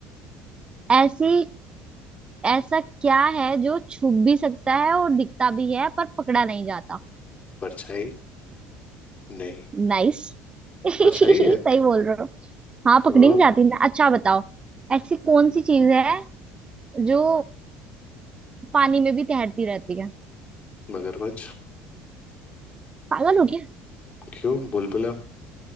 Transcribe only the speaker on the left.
परछाई नहीं
परछाई है
ओ
मगरमच्छ
क्यों बुलबुला